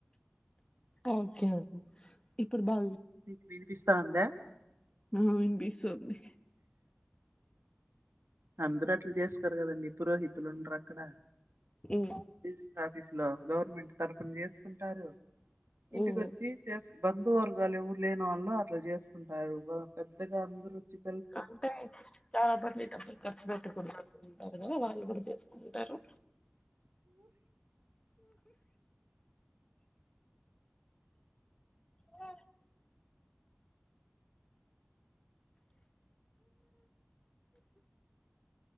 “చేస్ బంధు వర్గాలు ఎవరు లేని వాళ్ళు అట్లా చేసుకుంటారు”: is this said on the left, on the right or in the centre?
Right